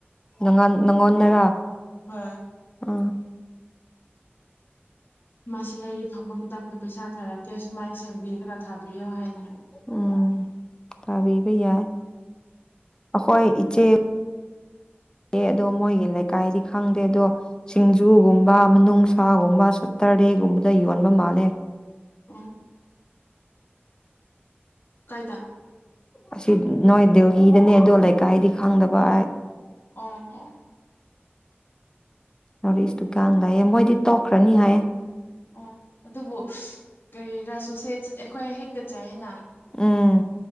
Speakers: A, on the left; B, on the left.
A: ꯅꯪꯉꯥꯟ ꯅꯪꯉꯣꯟꯗꯔ
B: ꯍꯣꯏ
A: ꯑ
B: ꯃꯥꯁꯤ ꯂꯩꯔꯤ ꯐꯪꯕ ꯃꯇꯝꯗ ꯄꯩꯁꯥ ꯊꯥꯔꯛꯀꯦ ꯁꯨꯃꯥꯏꯅ ꯁꯦꯝꯕꯤꯔꯒ ꯈꯔ ꯊꯥꯕꯤꯌꯣ ꯍꯥꯏꯅ ꯍꯥꯏ
A: ꯎꯝ ꯊꯥꯕꯤꯕ ꯌꯥꯏ ꯑꯩꯈꯣꯏ ꯏꯆꯦ ꯑꯦ ꯑꯗꯣ ꯃꯣꯏꯒꯤ ꯂꯩꯀꯥꯏꯗꯤ ꯈꯪꯗꯦ ꯑꯗꯣ ꯁꯤꯡꯖꯨꯒꯨꯝꯕ ꯃꯅꯨꯡꯁꯥꯒꯨꯝꯕ ꯁꯠꯇꯔꯗꯦꯒꯨꯝꯕꯗ ꯌꯣꯟꯕ ꯃꯥꯜꯂꯦ
B: ꯎꯝ ꯀꯥꯏꯗꯥ
A: ꯑꯁꯤ ꯅꯣꯏꯗꯨꯒꯤꯗꯅ‌ꯦ ꯑꯗꯣ ꯂꯩꯀꯥꯏꯗꯤ ꯈꯪꯗꯕ ꯑ
B: ꯑ ꯑ
A: ꯅ‌ꯣꯔꯠ ꯏꯁꯗꯨꯀꯥꯟ ꯂꯩꯌꯦ ꯃꯣꯏꯗꯤ ꯇꯣꯛꯈ꯭ꯔꯅꯤ ꯍꯥꯏꯌꯦ
B: ꯑꯣ ꯑꯗꯨꯕꯨ ꯀꯔꯤꯔꯥ ꯁꯣꯁꯦ ꯑꯩꯈꯣꯏ ꯍꯦꯛꯇ ꯆꯥꯏꯌ‌ꯦꯅ
A: ꯎꯝ